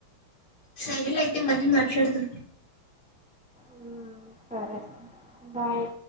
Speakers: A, on the left; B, in the centre.
A: సరే లే అయితే మళ్ళీ మాట్లాదాం
B: హ్మ్ సరే బాయ్